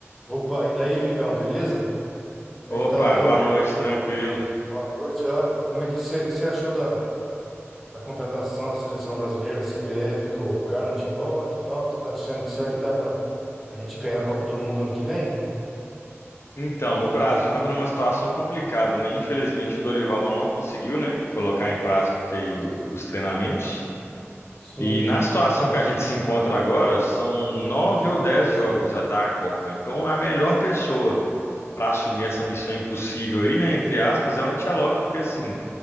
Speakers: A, in the centre; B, on the left.
A: Opa, e daí, amigão, beleza? Como
B: Opa,
A: é que tá aí?
B: boa
A: ó?
B: noite, tranquilo.
A: Boa noite. Opa, como é que você que você achou da, da contratação da seleção brasileira, da CBF, do Carlo Ancelotti e tal? O que você tá achando? Que será que dá pra, pra gente ganhar a Copa do Mundo ano que vem?
B: Então, o Brasil estava numa situação complicada, né? Infelizmente, o Dorival não conseguiu, né, colocar em prática aí o- os treinamentos.
A: Sim,
B: E na situação que a gente se encontra agora, são nove ou dez jogos até a Copa. Então, a melhor pessoa para assumir essa missão impossível aí, né, entre aspas, é o Ancelotti, porque assim,